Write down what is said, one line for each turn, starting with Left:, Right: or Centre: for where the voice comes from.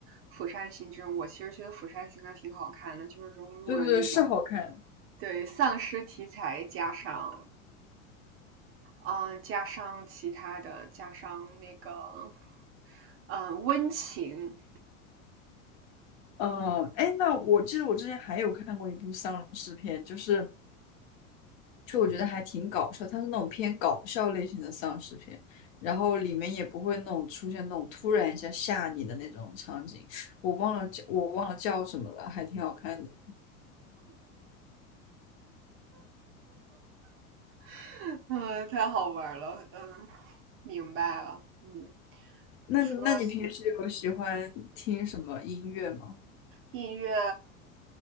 Right: 《釜山行》这种。我其实觉得《釜山行》还挺好看的，就是融入了那种
Left: 对对对，是好看。
Right: 对丧尸题材，加上嗯呃加上其他的，加上那个嗯呃温情，
Left: 嗯、呃，哎，那我记得我之前还有看过一部丧尸片，就是就我觉得还挺搞笑，它是那种偏搞笑类型的丧尸片，然后里面也不会那种出现那种突然一下吓你的那种场景。我忘了叫我忘了叫什么了，还挺好看的。
Right: <laughs> 嗯太好玩了，嗯明白了，嗯。
Left: 那那你平时有喜欢听什么音乐吗？
Right: 我。音乐，